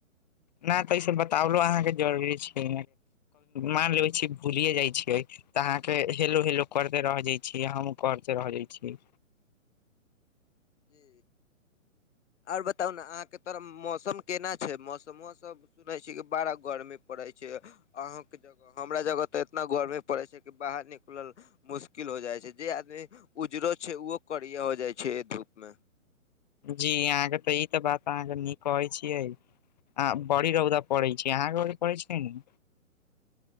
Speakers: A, on the left (about 30°); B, on the left (about 55°).
A: नहि तऽ ईस बतालो अहाँके जरुरी छै मान लेबे छी भूलिये जाई छियै तऽ अहाँके हेलो हेलो करते रह जाइ छी हमूँ करते रह जाइत छी
B: जी आओर बताउ ने अहाँके तोर मौसम केना छै मौसमो सब सुनै छी कि बारा गर्मी पड़ै छै अहाँ के जग हमरा जगह तऽ इतना गर्मी पड़े छै कि बाहर निकलल मुश्किल हो जाइ छै जे आदमी उजरो छै ओहो करिय हो जाइ छै धूप मे
A: जी अहाँके तऽ ई त बात अहाँके नीक कहै छियै बड़ी रौदा पड़ै छै अहाँके बड़ी पड़ै छै ने